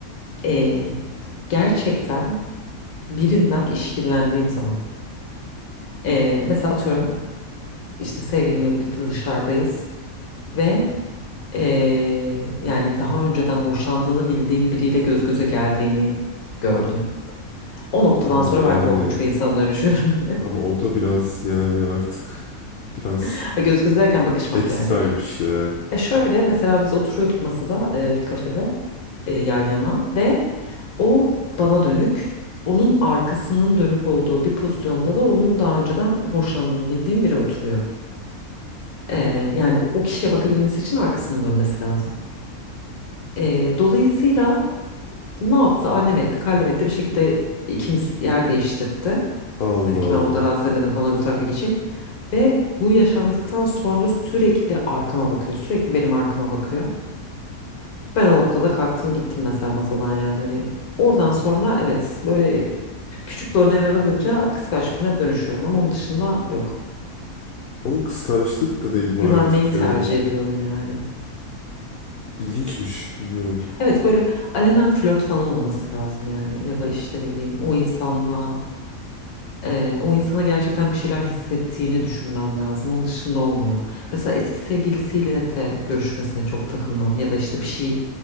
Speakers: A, on the left (about 80°); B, on the left (about 65°).
A: Eee, gerçekten birinden işkillendiğim zaman. eee, mesela atıyorum işte sevgilimle birlikte dışarıdayız ve eee, yani daha önceden hoşlandığını bildiğim biriyle göz göze geldiğini gördüm. O noktadan
B: Ama
A: sonra
B: yani
A: ben korkunç bir insana dönüşüyorum.
B: ama o da biraz yani artık biraz
A: <laughs> Göz göze derken bakışmak
B: ekstraymış
A: yani.
B: ya.
A: E şöyle mesela biz oturuyorduk masada e, bir kafede e, yan yana ve o bana dönük, onun arkasının dönük olduğu bir pozisyonda da onun daha önceden hoşlandığını bildiğim biri oturuyor. E, yani o kişiye bakabilmesi için arkasını dönmesi lazım. E, dolayısıyla ne yaptı? Allem etti, kallem etti bir şekilde ikimiz yer değiştirdi.
B: Allah
A: Dedi ki ben
B: Allah.
A: orada rahatsız edemedim falan öbür tarafa geçeyim. Ve bu yaşandıktan sonra sürekli arkama bakıyor, sürekli benim arkama bakıyor. Ben o noktada kalktım gittim mesela masadan yani. Hani oradan sonra evet böyle küçük doneler alınca kıskanç birine dönüşüyorum ama onun dışında yok.
B: Ama kıskançlık da değil bu
A: Güvenmeyi
B: artık
A: tercih
B: yani.
A: ediyorum yani.
B: İlginçmiş bilmiyorum.
A: Evet böyle alenen flört falan olması lazım yani ya da işte ne bileyim o insanla Ee, o insana gerçekten bir şeyler hissettiğini düşünmem lazım. Onun dışında olmuyor. Mesela eski sevgilisiyle de görüşmesine çok takılmam ya da işte bir şey